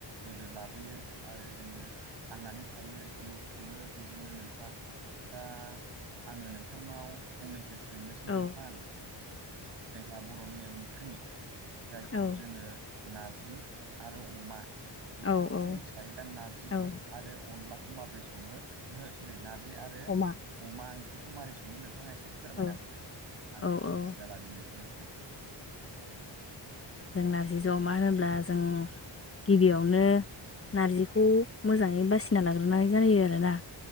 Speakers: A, on the right (about 65°); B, on the left (about 30°).
A: बोलो लाबोयो आरो जोङो थांनानै थायो जिउ खुङो बेजोंनो नोंथां दा आङो नों नोंथांनाव फंनैसो सोंनोसै
B: औ
A: नोंथां जोंहा बर'नि ओंख्रि जायखौ
B: औ
A: जोङो नारजि आरो अमा बेखौथ'
B: औ औ
A: मिथिखायो दा नारजि
B: औ
A: आरो अनला माबोरै सङो ओहो सरि नारजि आरो
B: अमा
A: अमा ओंंख्रिखौ माबोरै सङो नोंथाङा एसे फोरमायना
B: औ
A: होदो आं
B: औ
A: एसे
B: औ
A: मिथिना लानि नोंथांनिसिम
B: नारजिजों अमा होनोब्ला जों गिबियावनो नारजिखौ मोजाङै बासिना लाग्रोनाय जायो आरोना